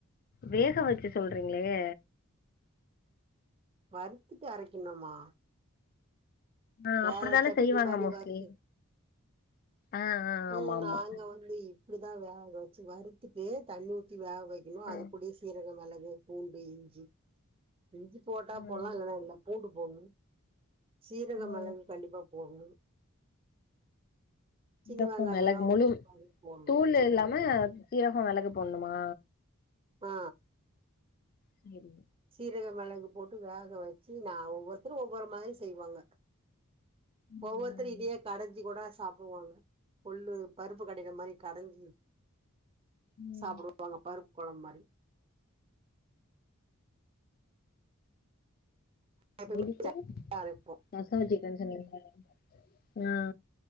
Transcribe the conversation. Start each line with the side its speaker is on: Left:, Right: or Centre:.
Left: வேக வச்சு சொல்றீங்களே
Right: வறுத்துட்டு அரைக்கணுமா
Left: ஆ
Right: வேற
Left: அப்டித்தானே
Right: சட்னி
Left: செய்வாங்க
Right: மாரி
Left: மோஸ்ட்லி
Right: வறுத்து
Left: ஆ ஆ
Right: ம்
Left: ஆமா ஆமா
Right: நாங்க வந்து இப்டிதா வேக வச்சு வறுத்துட்டு தண்ணி ஊத்தி வேக வை இன்னும் அது
Left: ம்
Right: கூடயே சீரக மிளகு பூண்டு இஞ்சி இஞ்சி போட்டா
Left: ம்
Right: போடலா இல்லன்னா இல்ல பூண்டு போடணு சீரக
Left: ம்
Right: மிளகு கண்டிப்பா போடணு சின்ன
Left: சீரகம்
Right: வெங்காயம்லா
Left: மிளகு முழு
Right: உரிச்சு பாதி போடணு
Left: தூள் இல்லாம
Right: ம்
Left: சீரகம் மிளகு போடனுமா
Right: ஆ
Left: செரி
Right: சீரக மெளகு போட்டு வேக வச்சு நா ஒவ்வொருத்தரும ஒவ்வொரு மாரியு செய்வாங்க
Left: ம்
Right: ஒவ்வொருதரு இதே கடைஞ்சி கூட சாப்படுவாங்க கொல்லு பருப்பு கடையிர மாரி கடைஞ்சி
Left: ம்
Right: சாப்பிடுவாங்க பருப்பு கொழம்பு மாரி எப்பயுமே
Left: எடுத்து
Right: நல்லா இருக்கு
Left: ரச வச்சுருக்கேன்னு சொன்னிங்கள்ல ஆ